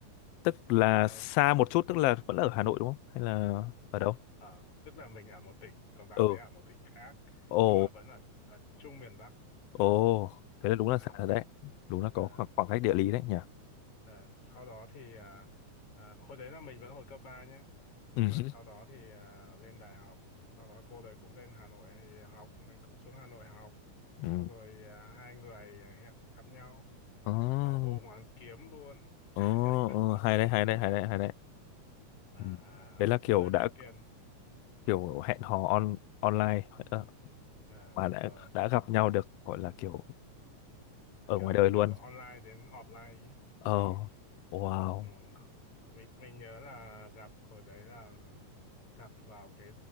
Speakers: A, on the left; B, on the left.
A: tức là
B: Ờ,
A: xa một chút tức là vẫn là ở Hà Nội đúng không hay là ở đâu
B: Ờ, tức là mình ở một tỉnh, còn bạn
A: ừ
B: ấy ở một tỉnh khác,
A: ồ
B: nhưng mà vẫn ở, ở chung miền Bắc.
A: ồ thế là đúng là
B: À,
A: xa rồi đấy đúng là
B: ờ,
A: có khoảng, khoảng
B: s-
A: cách địa lý đấy nhỉ
B: ờ, sau đó thì à, à, hồi đấy là mình vẫn hồi cấp 3 nhé, nhưng
A: ừ
B: mà sau đó thì à, lên đại học, sau đó cô đấy cũng lên Hà Nội thì học, mình cũng xuống Hà Nội học,
A: ừ
B: sau rồi à, hai người hẹn gặp nhau
A: ờ
B: ở Hồ Hoàn Kiếm luôn.
A: ờ
B: <laughs>
A: ờ, hay đấy hay đấy hay đấy hay đấy
B: à,
A: ừ. đấy là kiểu
B: nơi
A: đã
B: đầu tiên
A: kiểu hẹn hò on online ờ,
B: à,
A: mà
B: đúng
A: đã
B: rồi
A: đã gặp nhau được gọi là kiểu ở
B: kiểu
A: ngoài đời
B: từ
A: luôn
B: online đến offline ấy.
A: ờ
B: Ừ.
A: wow
B: Ừ. mình mình nhớ là gặp hồi đấy là gặp vào cái